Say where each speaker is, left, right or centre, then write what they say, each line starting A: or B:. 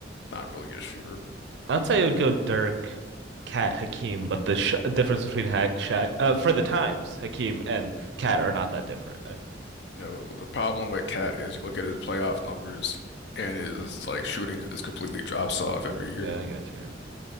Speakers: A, on the left; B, on the right.
A: not really a shooter.
B: I'd say it would go Dirk, Cat, Hakeem, but the sh difference between ha Shaq uh, for the times, Hakeem and Cat are not that different. I,
A: Yeah, the the problem with Cat is you look at his playoff numbers and his like shooting just completely drops off every year.
B: Yeah, I got you.